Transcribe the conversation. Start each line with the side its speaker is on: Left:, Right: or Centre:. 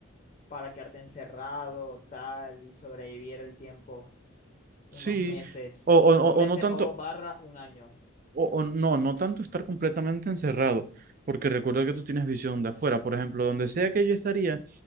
Left: para quedarte encerrado, tal, y sobrevivir el tiempo, unos
Right: Sí,
Left: meses,
Right: o, o,
Left: unos
Right: o
Left: meses
Right: o no tanto,
Left: o barra un año.
Right: o, o no, no tanto estar completamente encerrado, porque recuerda que tú tienes visión de afuera. Por ejemplo, donde sea que yo estaría,